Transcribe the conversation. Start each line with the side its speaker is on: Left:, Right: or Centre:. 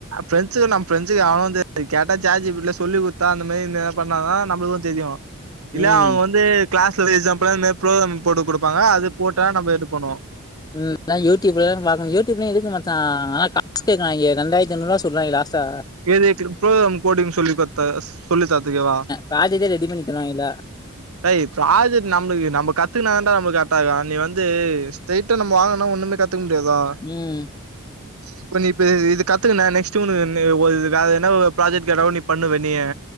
Right: பிரெஞ்சு நம் பிரெஞ்சுக்கு அவனும் தெரியாது கேட்டா ஜேட்ஜிபிடி ல சொல்லி குடுத்தா அந்த மாரி இந்த என்ன பண்ணாதா நம்மளுக்கும் தெரியும் இல்ல
Left: ம்
Right: அவுங்க வந்து கிளாஸ்ல எக்ஸாம்பலா இந்த மாரி புரோகிராம் போட்டுக் குடுப்பாங்க அது போட்டா நம்ம இது பண்ணுவோ
Left: ம் நா யூடியூப்ல தா பாக்கனும் யூடியூப்லயு இருக்கு மச்சா ஆனா காசு கேட்குறாய்ங்க ரெண்டாயிரத்து ஐநூறுவா சொல்றாய்ங்க லாஸ்டா
Right: எழுயத்துக்கு இப்ப நம்ம கோடிங் சொல்லித்தரதா சொல்லி தரதுக்கேவா
Left: பிராஜெக்ட்டே ரெடி பண்ணி தருவாங்கிளா
Right: டேய் ப்ராஜெக்ட் நம்மளு‌ நம்ம கத்துக்கனா தாண்டா நம்மளுக்கு கரெக்டா இருக்கும் நீ வந்து ஸ்ட்ரெயிட்டா நம்ம வாங்கனா ஒண்ணுமே கத் த்துக்க முடியாதா
Left: ம்
Right: இப்ப நீ இப்ப இது கத்துக்குன்ன நெக்ஸ்ட் உன்ன ஆ வேற எதன்னா ப்ராஜெக்ட் கேட்டாகுட பண்ணுவ நீ